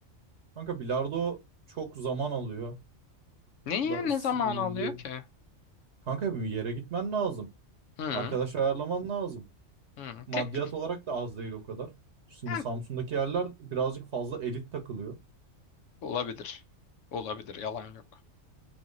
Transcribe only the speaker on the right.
Kanka bilardo çok zaman alıyor.
Da,
s-
y-
kanka bir yere gitmen lazım.
Arkadaş ayarlaman lazım.
Maddiyat
olarak da az değil o kadar. Şimdi
Samsun'daki yerler birazcık fazla elit takılıyor.